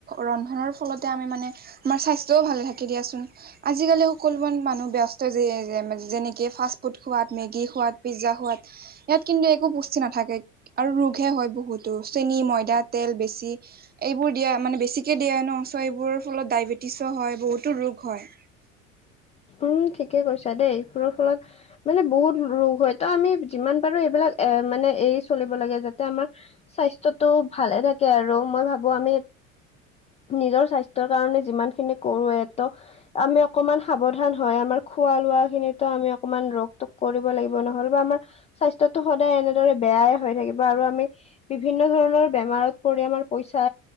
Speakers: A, on the right (about 25°); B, on the left (about 20°).
A: ৰন্ধনৰ ফলতে আমি মানে আমাৰ স্বাস্থ্যও ভালে থাকে দিয়াচোন। আজিকালি সকলোবোৰ মানুহ ব্যস্ত যে যেনেকে ফাষ্ট ফুড খোৱাত, মেগী খোৱাত পিজ্জা খোৱাত। ইয়াত কিন্তু একো পুষ্টি নাথাকে আৰু ৰোগহে হয় বহুতো চেনি, ময়দা, তেল বেছি এইবোৰ দিয়া মানে বেছিকে দিয়া ন' চ' এইবোৰৰ ফলত ডায়েবেটিছো হয় বহুতো ৰোগ হয়।
B: উম ঠিকে কৈছা দেই এইবোৰৰ ফলত মানে বহুত ৰোগ হয়তো, আমি যিমান পাৰোঁ এইবিলাক এ মানে এৰি চলিব লাগে যাতে আমাৰ স্বাস্থ্যটো ভালে থাকে আৰু মই ভাবো আমি নিজৰ স্বাস্থ্যৰ কাৰণে যিমান খিনি কৰোঁৱেটো আমি অকমান সাৱধান হয়, আমাৰ খোৱা লোৱা খিনিতো আমি অকমান ৰক তক কৰিব লাগিব, নহ'লে বা আমাৰ স্বাস্থ্যটো সদায় এনেদৰে বেয়াই হৈ থাকিব আৰু আমি বিভিন্ন ধৰণৰ বেমাৰত পৰি আমাৰ পইচা